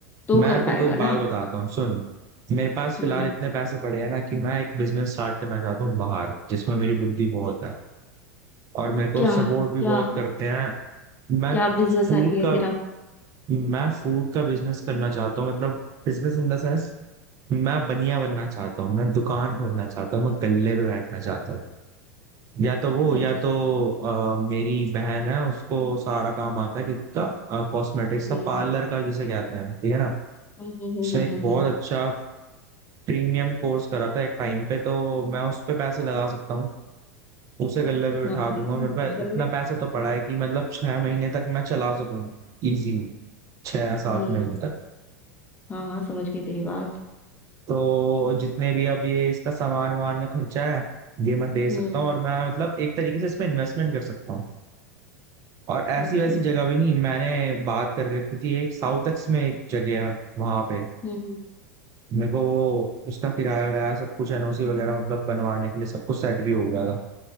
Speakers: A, on the left; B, on the right.
A: तो
B: मैं
A: कर
B: तेरे
A: पाएगा
B: को एक बात
A: ना
B: बताता हूँ सुन मेरे पास फिलहाल
A: हम्म
B: इतने पैसे पड़े हैं ना कि मैं एक बिजनेस स्टार्ट करना चाहता हूँ बाहर जिसमें मेरी बुद्धि बहुत है और मेरे को
A: क्या
B: सपोर्ट भी
A: क्या
B: बहुत करते हैं मैं
A: क्या बिजनेस
B: फूड
A: आइडिया
B: का
A: तेरा
B: मैं फूड का बिजनेस करना चाहता हूँ मतलब बिजनेस इन द सेंस मैं बनिया बनना चाहता हूँ मैं दुकान खोलना चाहता हूँ मैं गल्ले पे बैठना चाहता हूँ या तो वो
A: अच्छा,
B: या तो अ, मेरी बहन है उसको सारा काम आता है किसका कॉस्मेटिक्स का
A: हम्म
B: पार्लर का जिसे कहते हैं ठीक है ना
A: हम्म हम्म हम्म
B: उसने एक
A: हम्म,
B: बहुत
A: हम्म,
B: अच्छा प्रीमियम कोर्स करा था एक टाइम पे तो मैं उस पे पैसे लगा सकता हूँ उसे गल्ले पे बिठा
A: हाँ भाई
B: दूंगा मेरे पास
A: ये कर
B: इतना
A: ले
B: पैसा तो पड़ा है कि मतलब छह महीने तक मैं चला सकूँ इजीली छह या सात
A: हम्म
B: महीने तक
A: हाँ हाँ समझ गई तेरी बात
B: तो जितने भी अब ये इसका सामान वामान का खर्चा है ये मैं दे सकता
A: हम्म
B: हूँ और मैं मतलब एक तरीके से इस पे इन्वेस्टमेंट कर सकता हूँ और ऐसी
A: समझ
B: वैसी
A: गई
B: जगह भी नहीं मैंने बात कर रखी थी एक साउथ एक्स में एक जगह है वहां पे
A: हम्म हम्म।
B: मेरे को वो उसका किराया विराया सब कुछ एनओसी वगैरह मतलब बनवाने के लिए सब कुछ सेट भी हो गया था